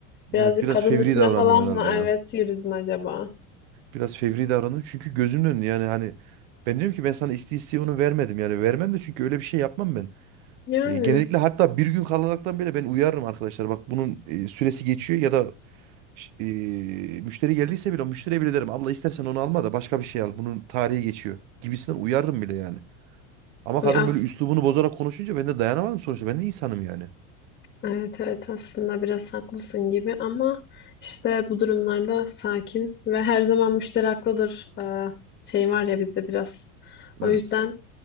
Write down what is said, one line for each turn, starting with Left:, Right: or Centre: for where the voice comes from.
Left: Birazcık
Right: Evet biraz
Left: kadın
Right: fevri
Left: üstüne
Right: davrandım
Left: falan
Right: herhalde
Left: mı
Right: ya.
Left: evet yürüdün acaba?
Right: Biraz fevri davrandım çünkü gözümün önünde yani hani ben diyorum ki ben sana isteye isteye onu vermedim yani vermem de çünkü öyle bir şey yapmam ben.
Left: Yani
Right: E, genellikle hatta bir gün kalaraktan bile ben uyarırım arkadaşlar bak bunun e, süresi geçiyor ya da ş- e, müşteri geldiyse bile müşteriye bile derim abla istersen onu alma da başka bir şey al bunun tarihi geçiyor gibisinden uyarırım bile yani. Ama
Left: ya
Right: kadın
Left: as
Right: böyle üslubunu bozarak konuşunca ben de dayanamadım sonuçta ben de insanım yani.
Left: evet evet aslında biraz haklısın gibi ama işte bu durumlarda sakin ve her zaman müşteri haklıdır eee, şey var ya bizde biraz. O
Right: Evet.
Left: yüzden